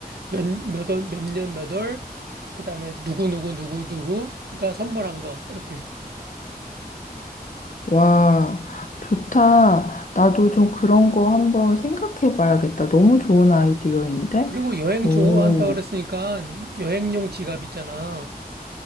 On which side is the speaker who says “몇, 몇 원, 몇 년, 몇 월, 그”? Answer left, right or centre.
Right